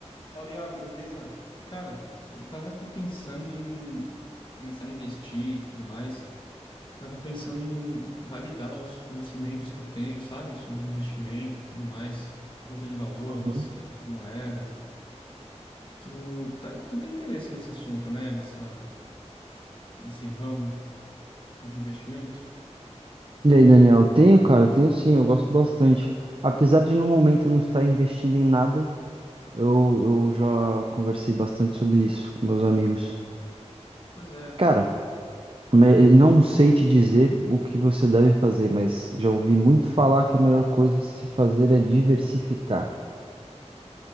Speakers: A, on the left; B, on the right.
A: Fala, Iago, beleza? Cara, eu tava aqui pensando em começar a investir e tudo mais. Tava pensando em validar os conhecimentos que eu tenho, sabe? Sobre investimento e tudo mais, bolsa de valores,
B: Uhum.
A: criptomoedas. Tu, tá- tu tem interesse nesse assunto, né? Nessa, nesse ramo de investimentos?
B: E aí, Daniel, tenho, cara, tenho sim, eu gosto bastante. Apesar de no momento não estar investindo em nada, eu, eu já conversei bastante sobre isso com meus amigos.
A: Pois é,
B: Cara, me- não sei te dizer o que você deve fazer, mas já ouvi muito falar que a melhor coisa a se fazer é diversificar.